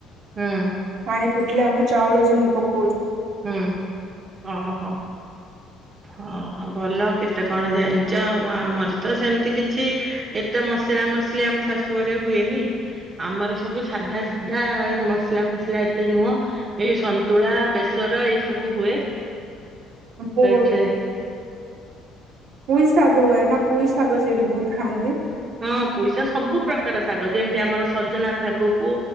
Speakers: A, on the right; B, on the right.
A: ହୁଁ।
B: ପାଣି ଫୁଟିଲେ ଆମ ଚାଉଳ ଯେମିତି ପକ
A: ହୁଁ ଓ ହୋ। ହଁ ଭଲ କେତେ କଣ ଜାଣିଛ ଆଉ ଆମର ତ ସେମିତି କିଛି ଏତେ ମସଲା ମସଲି ଆମ ଶାଶୁ ଘରେ ହୁଏନି ଆମର ସବୁ ସାଧା ସିଧା ମସଲା ଫସଲା ଏତେ ନୁହଁ ଏଇ ସନ୍ତୁଳା ବେସର ଏଇ ସବୁ ହୁଏ।
B: ଆପ
A: ଛ
B: ପୁଇସ <unintelligible> ନା ପୁଇସ ଶାଗ ସେଇଠି ଦି ଖାଆନ୍ତି।
A: ହଁ ପଇସା ସବୁ ପ୍ରକାର ଶାଗ ଯେମିତି ଆମର ସଜନା ଶାଗକୁ